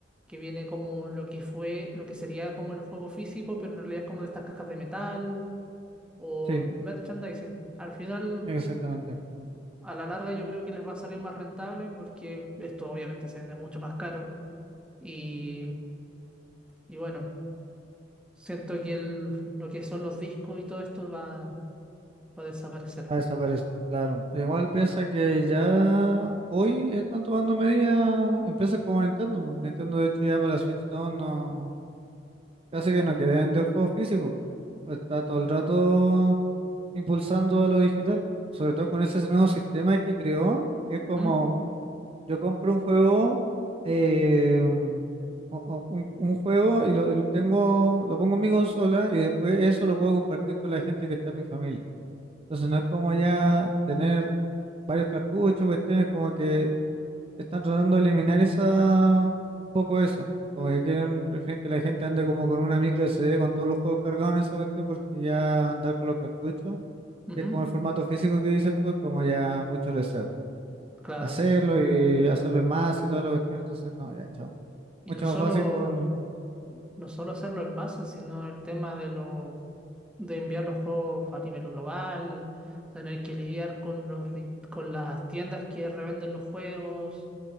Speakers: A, in the centre; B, on the right (about 30°).
A: que viene como lo que fue, lo que sería como el juego físico, pero en realidad es como de estas cajas de metal o
B: Sí,
A: merchandising. Al final,
B: exactamente.
A: a la larga, yo creo que les va a salir más rentable porque esto obviamente se vende mucho más caro. Y, y bueno, siento que el- lo que son los discos y todo esto va, va a desaparecer.
B: Ah, desaparece, claro. Igual piensa que ya hoy están tomando medidas empresas como Nintendo. po. Nintendo, de hecho, ya para la Switch 2 no, casi que no quieren vender juegos físicos. Está todo el rato impulsando a lo digital, sobre todo con ese nuevo sistema que creó, que es como
A: Ujú,
B: yo compro un juego, eh, mm, o- o un, un juego y lo, y lo tengo, lo pongo en mi consola y después eso lo puedo compartir con la gente que está en mi familia. Entonces no es como ya tener varios cartuchos, cuestiones como que están tratando de eliminar esa, un poco eso. Como que quieren, prefieren que la gente ande como con una micro SD con todos los juegos cargados en esa cuestión, porque ya andar con los cartuchos,
A: ujú,
B: que es como el formato físico que dices tú, es como ya mucho deseo.
A: claro.
B: Hacerlo y hacerlo en más y toda la cuestión, entonces no, ya, chao.
A: Y
B: Mucho
A: no solo,
B: más fácil con,
A: no solo hacerlo en masa, sino el tema de lo, de enviar los juegos a nivel global, tener que lidiar con los, ri- con las tiendas que revenden los juegos.